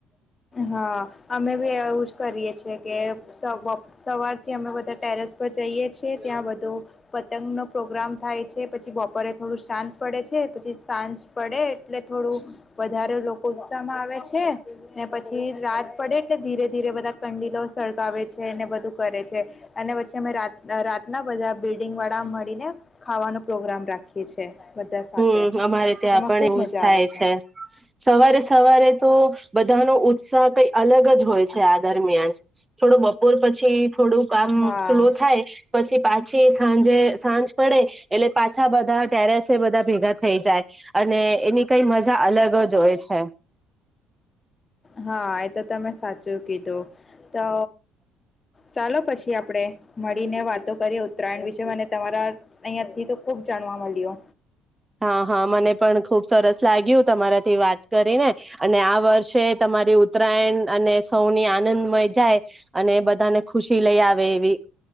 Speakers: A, on the left; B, on the right.
A: હા અમે બી એવું જ કરીએ છે કે સવારથી અમે બધા ટેરેસ પર જઈએ છીએ ત્યાં બધો પતંગનો પ્રોગ્રામ થાય છે પછી બપોરે થોડું શાંત પડે છે પછી સાંજ પડે એટલે થોડું વધારે લોકો તમ આવે છે ને પછી રાત પડે એટલે ધીરે ધીરે બધા કંડીલો સળગાવે છે ને બધું કરે છે અને પછી અમે રા રાતના બધા બેડ વાળા મળીને ખાવાનો પ્રોગ્રામ રાખીએ છે. બધા સાથે
B: હમ અમારે ત્યાં
A: એમાં
B: પણ
A: ખુબ
B: એવું
A: મજા
B: જ થાય
A: આવે
B: છે. સવારે સવારે તો બધાનો ઉત્સાહ કઈ અલગ જ હોય છે આ દરમિયાન થોડો બપોર પછી થોડું કામ
A: હા
B: સ્લો થાય પછી પાછી સાંજે સાંજ પડે એટલે પાછા બધા ટેરેસ બધા ભેગા થઈ જાય અને એની કઈ મજા અલગ જ હોય છે.
A: હા એ તો તમે સાચું કીધું તો ચાલો પછી આપણેે મળીને વાતો કરીએ ઉત્તરાયણ વિશે મને તમારા અહિયાંથી તો ખુબ જાણવા મલયુ
B: હા હા મને પણ ખુબ સરસ લાગ્યું તમારાથી વાત કરીને અને આ વર્ષે તમારી ઉત્તરાયણ અને સૌની આનંદમય જાય અને બધાને ખુશી લઈ આવે એવી